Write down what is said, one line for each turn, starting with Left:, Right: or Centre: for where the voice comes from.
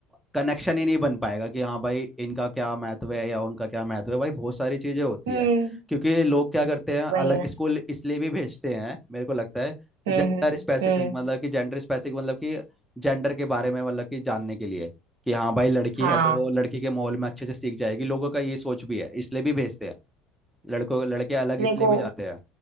Centre: कनेक्शन ही नहीं बन पाएगा कि हाँ भाई इनका क्या महत्व है या उनका क्या महत्व है भाई बहुत सारी चीजें होती
Right: हम्म
Centre: है क्योंकि लोग क्या करते हैं अलग
Right: वही ना
Centre: स्कूल इसलिए भी भेजते हैं मेरे को लगता है जेंडर
Right: हम्म हम्म
Centre: स्पेसिफिक
Right: हम्म
Centre: मतलब कि जेंडर स्पेसिफिक मतलब कि जेंडर के बारे में मतलब कि जानने के लिए कि हाँ भाई लड़की
Right: हाँ
Centre: है तो वो लड़की के माहौल में अच्छे से सीख जाएगी लोगों का ये सोच भी है इसलिए भी भेजते हैं लड़कों लड़के अलग
Right: देखो
Centre: इसलिए भी जाते हैं